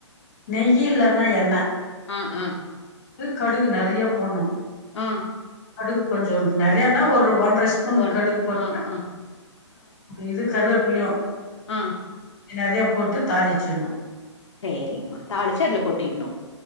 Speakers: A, on the left (about 20°); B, on the left (about 70°).
A: நெய்யி இல்லன்னா எண்ண
B: ம் ம்
A: அது கடுகு நிறைய போடணு
B: அ
A: கடுகு கொஞ்சோ நெறையன்னா ஒரு ஒன் அர ஸ்பூன்
B: ஒன்
A: கடுகு போட்ட
B: ஆ ஆ
A: இது கருவேப்பிளயும்
B: அ
A: நிறைய போட்டு தாளிச்சிடணு
B: சேரிங்கமா தாளிச்சு அதுல கொட்டிடணும்